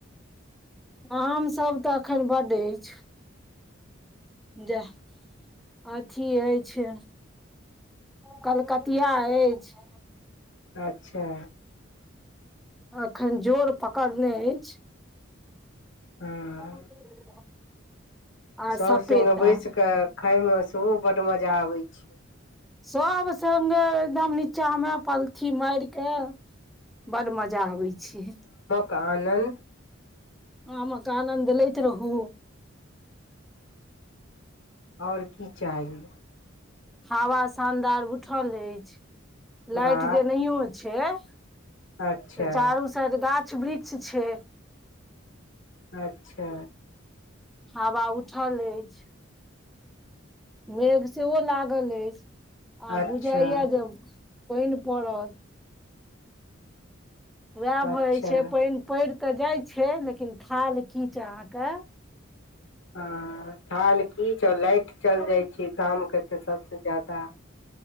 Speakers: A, in the centre; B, on the left.
A: आम सभ तऽ अखैन बड अछि जाह अत की अछि कलकतिया अछि
B: अच्छा
A: अखैन जोर पकड़ने अछि
B: हँ
A: <unintelligible> आ
B: सभ
A: सपेता
B: सङ्गे बैस कऽ खाायमे सेहो बड मजा आबै छैय
A: सब सङ्गे एदम नीचा मे पलथी माइर के बड मजा आबै छैय
B: कानन
A: आमक आनन्द लैइत रहू
B: और की चाही
A: हावा शानदार उठल अछि लाइट
B: वाह
A: जे नहो छै तऽ
B: अच्छा
A: चारू साइड गाछ वृक्ष छैय
B: अच्छा
A: हावा उठल अछि मेघ सेहो लागल अछि आ
B: अच्छा
A: बुझाइ या जब पाइन पड़त उएह
B: अच्छा
A: भह छै पाइन पैइर तऽ जाइ छै लेकिन थाल खीच अहाँके
B: अ थाल खीच और लाइट चल जाइ छै काम क तऽ सभसँ ज्यादा